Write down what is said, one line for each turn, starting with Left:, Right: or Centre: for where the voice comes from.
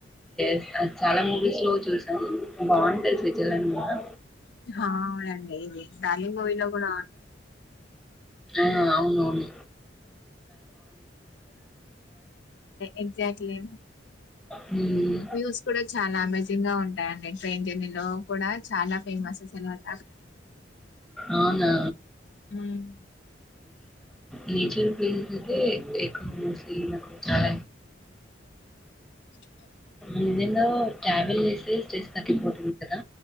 Centre: స్ అ చాలా మూవీస్ లో చూసాను బాగుంటది స్విట్జర్లాండ్ కూడా
Left: ా రండి ఇది డలింగ వల గుణ
Centre: అవును అవును
Left: ఎజెక్ట్లీ
Centre: హ్మ్.
Left: వ్యూస్ కూడా చాలా అమేజింగ్ గా ఉంట ట్రైన్ జర్నీ లో కూడా చాలా ఫేమస్ అ స
Centre: అవునా
Left: ఉమ్.
Centre: నేచర్ ప్లేసెస్ అయితే ఎ అ కుచాల
Left: హాయ్
Centre: నిజంగా ట్రావెల్ చేసే స్టేస్ తగ్కిపోతుంది కదా